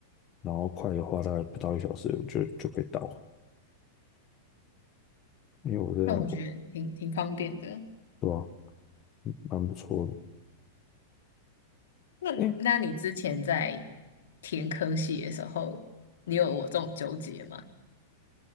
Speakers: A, on the left; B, on the left.
A: 然后快的话大概不到一小时就就可以到了，因为我是很，
B: 那我觉得挺挺方便的。
A: 对吧，蛮不错
B: 那那你之前在
A: 的。哎
B: 填科系的时候，你有我这种纠结吗？